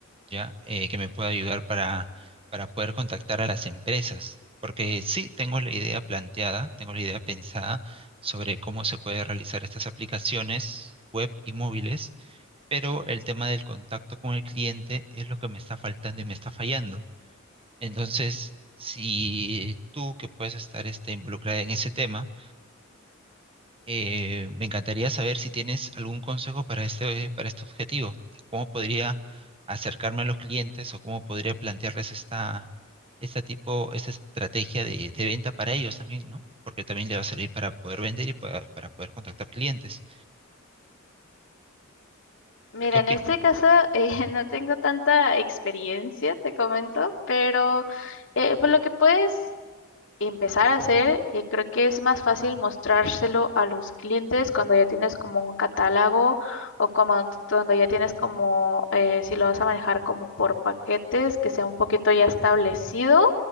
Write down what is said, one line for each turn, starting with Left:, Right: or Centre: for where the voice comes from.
Right: ¿ya? Eh, que me pueda ayudar para, para poder contactar a las empresas. Porque sí, tengo la idea planteada, tengo la idea pensada sobre cómo se puede realizar estas aplicaciones web y móviles, pero el tema del contacto con el cliente es lo que me está faltando y me está fallando. Entonces, si tú que puedes estar este, involucrada en ese tema, eh, me encantaría saber si tienes algún consejo para este, para este objetivo, de cómo podría acercarme a los clientes o cómo podría plantearles esta, esta tipo, esta estrategia de, de venta para ellos también, ¿no? Porque también le va a servir para poder vender y para, para poder contactar clientes.
Left: Mira,
Right: ¿Qué opi-
Left: en este caso eh, <laughs> no tengo tanta experiencia, te comento, pero eh, por lo que puedes empezar a hacer, eh, creo que es más fácil mostrárselo a los clientes cuando ya tienes como un catálogo o como t- cuando ya tienes como, eh, si lo vas a manejar como por paquetes, que sea un poquito ya establecido